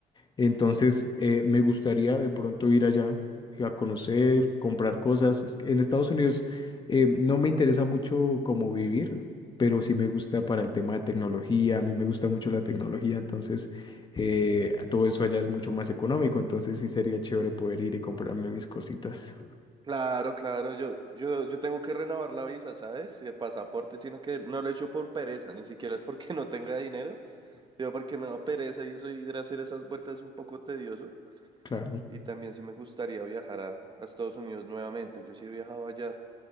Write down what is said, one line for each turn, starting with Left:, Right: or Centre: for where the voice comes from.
Left: Entonces,
Right: Oh.
Left: eh, me gustaría de pronto ir allá eh, a conocer, comprar cosas. Es que en Estados Unidos eh, no me interesa mucho cómo vivir, pero sí me gusta para el tema de tecnología. A mí me gusta mucho la tecnología, entonces eh, todo eso allá es mucho más económico. Entonces, sí sería chévere poder ir y comprarme mis cositas.
Right: Claro, claro, yo, yo, yo tengo que renovar la visa, ¿sabes? Y el pasaporte, sino que no lo he hecho por pereza, ni siquiera es porque <laughs> no tenga dinero, yo porque me da pereza y eso ir a hacer esas vueltas es un poco tedioso.
Left: Claro.
Right: Y también sí me gustaría viajar a, a Estados Unidos nuevamente, yo sí he viajado allá